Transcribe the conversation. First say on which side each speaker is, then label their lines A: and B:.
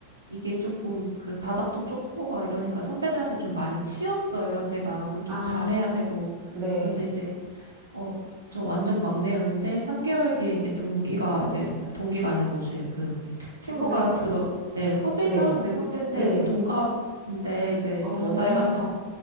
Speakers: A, on the right (about 80°); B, on the right (about 35°).
A: 이게 조금 그 바닥도 좁고 막 이러니까 선배들한테 좀 많이 치였어요. 제가 그리고 좀
B: 아,
A: 잘해야 되고
B: 네.
A: 그런데 이제 어 저 완전 막내였는데 3개월 뒤에 이제 동기가 이제 동기가 아니고 이제 그 친구가
B: 후배.
A: 들어 예 후배죠.
B: 네.
A: 근데 후배인데
B: 네.
A: 이제 동갑인데 이제
B: 어,
A: 여자애가 한 명